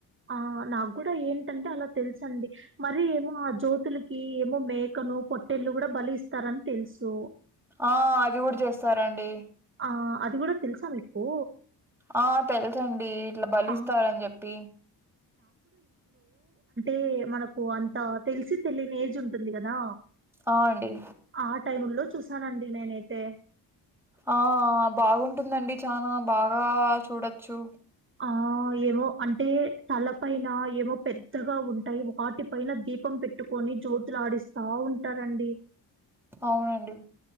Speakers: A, on the right (about 25°); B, in the centre.
A: ఆ నాకు కూడా ఏంటంటే అలా తెలుస అండి మరి ఏమో ఆ జ్యోతులకి మ్ మేకను పొట్టేళ్ళును కూడా బలి ఇస్తారని తెలుసు
B: ఆఁ అది కూడ చేస్తారండి
A: ఆఁ అది కూడ తెలుసా మీకు!
B: ఆ తెలుసండి ఇట్ల బలీస్తారని
A: ఆ
B: చెప్పి
A: ఏ మనకు అంత తెలిసి తెలియని ఏజ్ ఉంటుంది కదా!
B: ఆ అండి
A: ఆ టైముల్లో చూసానండి నేనైతే
B: ఆఁ బాగుంటుందండి చాన బాగా చూడొచ్చు
A: ఆ ఏమో అంటే చాల పైన ఏమో పెద్దగా ఉంటయి, వాటి పైన దీపం పెట్టుకొని జ్యోతులు ఆడిస్తా ఉంటా రండి
B: అవునండి